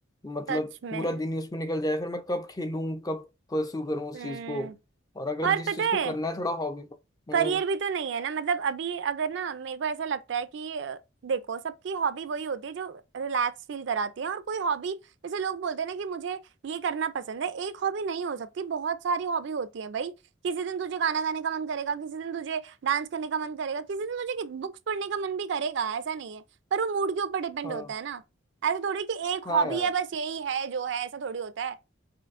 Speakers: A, on the left; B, on the right.
A: मतलब
B: सच में
A: पूरा दिन ही उसमें निकल जाए फिर मैं कब खेलूं कब परस्यू करूं उस
B: हम्म
A: चीज को और अगर
B: और
A: जिस
B: पता
A: चीज को
B: है
A: करना है थोड़ा हॉबी को हम्म
B: करियर भी तो नहीं है ना मतलब अभी अगर ना मेरे को ऐसा लगता है कि अ, देखो सबकी हॉबी वही होती है जो रिलैक्स फील कराती है और कोई हॉबी जैसे लोग बोलते हैं ना कि मुझे ये करना पसंद है एक हॉबी नहीं हो सकती बहुत सारी हॉबी होती है भाई किसी दिन तुझे गाना गाने का मन करेगा किसी दिन तुझे डांस करने का मन करेगा किसी दिन तुझे बुक्स पढ़ने का मन भी करेगा ऐसा नहीं है पर वो मूड के ऊपर डिपेंड
A: हाँ
B: होता है ना ऐसा थोड़ी कि एक
A: हाँ
B: हॉबी
A: यार
B: है बस यही है जो है ऐसा थोड़ी होता है